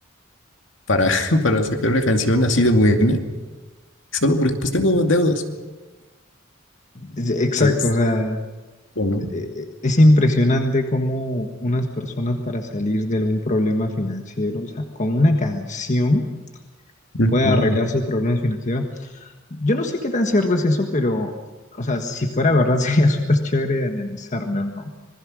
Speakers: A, on the left (about 65°); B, on the left (about 35°).
A: para, <laughs> para sacar una canción así de buena, solo porque pues tengo deudas.
B: Es- Exacto,
A: O sea, es-
B: o sea,
A: o no.
B: e- e- es impresionante cómo unas personas para salir de algún problema financiero, o sea, con una canción
A: Ujú.
B: puede arreglar sus problemas financieros. Yo no sé qué tan cierto es eso, pero, o sea, si fuera verdad <laughs> sería súper chévere de analizarlo, ¿no?